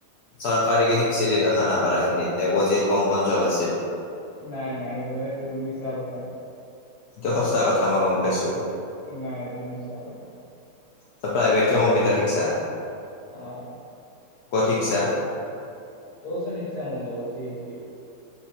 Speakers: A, on the left; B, on the left.
A: চৰকাৰীকে শিকিছিলি তই খানাাপাৰ সেইখিনিত। দেৱজিত, কংকন চৱ আছিল।
B: নাই নাই সেইটো সেইটো মিছা কথা
A: এইটো সঁচা কথা মই গম পাইছো।
B: নাই এটো মিচা কথা।
A: ত প্ৰাইভেট ক কম্পিউটাৰ শিকচা?
B: অহ।
A: শিকচা?
B: তও চোন শিকচা মুৰ লগ চি ই চি।